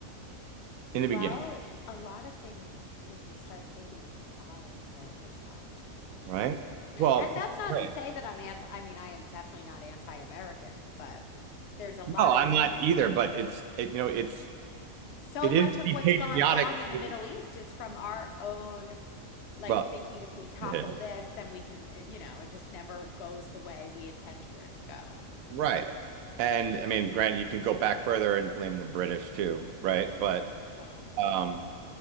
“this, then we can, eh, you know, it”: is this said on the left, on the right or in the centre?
Left